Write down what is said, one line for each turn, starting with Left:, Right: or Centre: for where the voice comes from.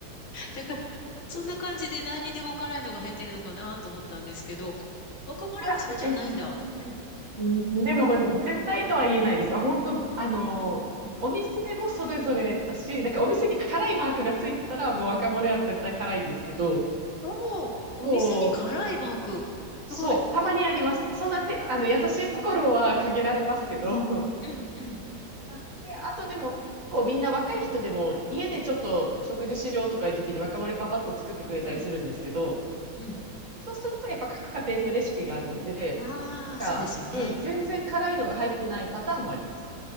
Left: だから、そんな感じで何にでも辛いのが入ってるのかなと思ったんですけど、若森はそうじゃないんだ。
Right: あ、えっと、
Left: うん。
Right: うんでも、絶対とは言えないです。あ本当、あの、お店もそれぞれだし、だからお店に辛いマークがついてたら、
Left: うん。
Right: もう若丸レは絶対辛いんですけど、
Left: おおー、お店に辛いマーク。
Right: こう、そう、
Left: すごい。
Right: たまにあります。そんなて、
Left: は
Right: あの、優しいところは限られますけど、
Left: うん、うん、
Right: あって、あとでも、こうみんな若い人でも家でちょっと食事しようとかいう時に若丸パパッと作ってくれたりするんですけど、
Left: うん、うん。
Right: そうするとやっぱ各家庭のレシピがあるので、
Left: ああ、
Right: が、
Left: そうですよね。
Right: うん、全然辛いのが入ってないパターンもあります。